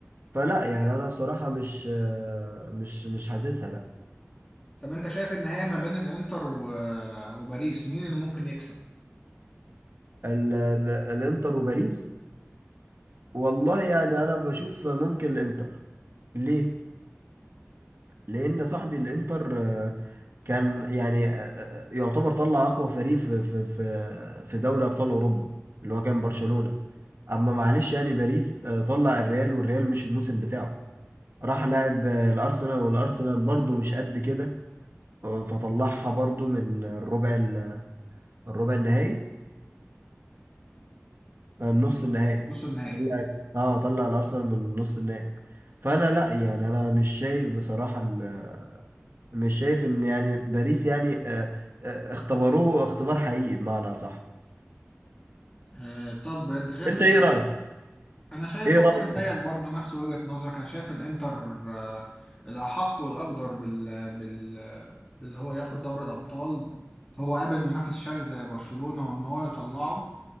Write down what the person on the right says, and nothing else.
فلا يعني انا بصراحة مش آه، مش مش حاسسها لا
ال- ال- الانتر وباريس والله يعني انا بشوف ممكن الانتر ليه لان صاحبي الانتر آه، كان يعني آه، آه، يعتبر طلع اقوى فريق في في في في دوري ابطال اوروبا اللي هو كان برشلونة اما معلش يعني باريس آه، طلع الريال والريال مش الموسم بتاعه راح لعب آه، الارسنال والارسنال برضه مش قد كده آه، فطلعها برضه من الربع ال- الربع النهائي آه، النص النهائي
طلع اه طلع الارسنال من نص النهائي فانا لا يعني انا مش شايف بصراحة ال- مش شايف ان يعني باريس يعني آه، آه، اختبروه اختبار حقيقي بمعنى صح
انت
ايه رايك
ايه رايك